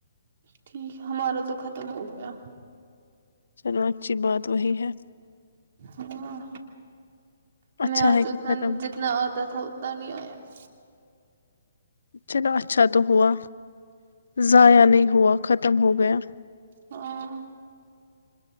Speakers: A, on the right (about 55°); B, on the left (about 80°).
A: ٹھیک ہمارا تو ختم ہو گیا
B: چلو اچھی بات وہی ہے
A: ہاں ہمیں
B: اچھا
A: آج
B: ہے کہ
A: اتنا
B: ختم
A: جتنا آتا تھا اتنا نہیں آیا <inaudible>
B: چلو اچھا تو ہوا ضائع نہیں ہوا ختم ہو گیا
A: ہاں